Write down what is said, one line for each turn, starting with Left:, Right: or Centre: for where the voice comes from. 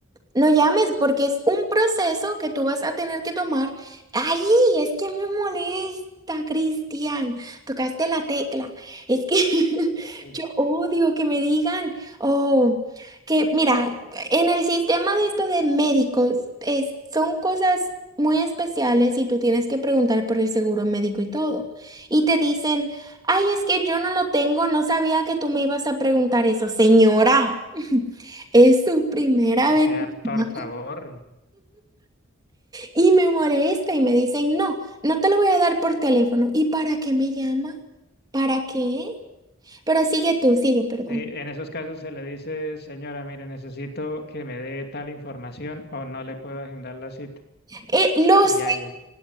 Right: No llames porque es un proceso que tú vas a tener que tomar. Ay, es que me molesta, Cristian. Tocaste la tecla. Es que <laughs>
Left: Uy.
Right: yo odio que me digan, oh, que mira, en el sistema de esto de médicos, es, son cosas muy especiales y tú tienes que preguntar por el seguro médico y todo y te dicen, ay, es que yo no lo tengo, no sabía que tú me ibas a preguntar eso, señora. <laughs> Es tu primera vez.
Left: O sea,
Right: ¿no?
Left: por favor.
Right: Y me molesta y me dicen, no, no te lo voy a dar por teléfono. ¿Y para qué me llama? ¿Para qué? Pero sigue tú, sigue, perdón.
Left: Sí, en esos casos se le dice, señora, mire, necesito que me dé tal información o no le puedo agendar la cita.
Right: Eh, lo
Left: Y
Right: sé,
Left: ya, ya.